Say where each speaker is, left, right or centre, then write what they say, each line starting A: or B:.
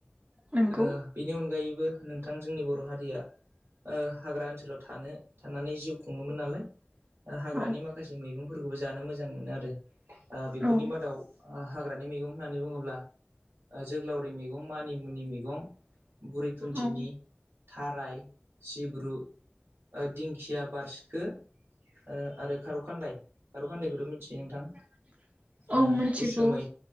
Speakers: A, on the right; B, on the right.
A: नंगौ
B: ओ बिनि अनगायैबो नोंथां जोंनि बर' हारिया ओ हाग्रा ओनसोलाव थानो थानानै जिउ खुङोमोन नालाय ओ हाग्रानि
A: औ
B: माखा माखासे मैगंफोरखौबो जानो मोजां मोनो आरो बेफोरनि
A: औ
B: मादाव ओ हाग्रानि मैगं होननानै बुंओब्ला ओ जोग्लावरि मैगं मानिमुनि मैगं गं बुरै थुनथिनि
A: औ
B: थाराय सिब्रु ओ दिंखिया बारसिखो ओ आरो खारौखान्दाय खारौखान्दायखौथ' मिथियो नोंथां
A: <inaudible>
B: ओ
A: मिथिगौ
B: उसुमै